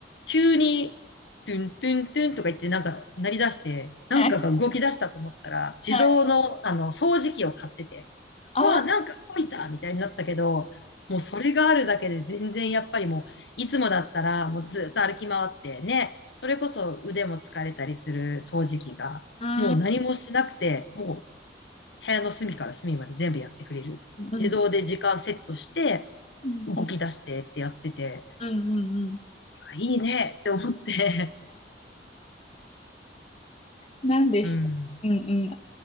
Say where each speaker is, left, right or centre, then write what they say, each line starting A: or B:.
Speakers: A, on the left; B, on the left.
A: 急にトゥントゥントゥンとか言ってなんか鳴り出して、なんかが動き出したと思ったら、
B: はい。
A: 自動のあの掃除機を買ってて、
B: はい。ああ。
A: わあ、なんか動いたみたいになったけど、もうそれがあるだけで全然やっぱりもう、いつもだったらもうずっと歩き回ってね、それこそ腕も疲れたりする掃除機が、
B: うん。
A: もう何もしなくて、もう部屋の隅から隅まで全部やってくれる。
B: うん。
A: 自動で時間セットして、
B: うん。
A: 動き出してってやってて、
B: うん。うん。うんうん
A: いいねって思って。
B: 何でしたうんうん。
A: <laughs> うん。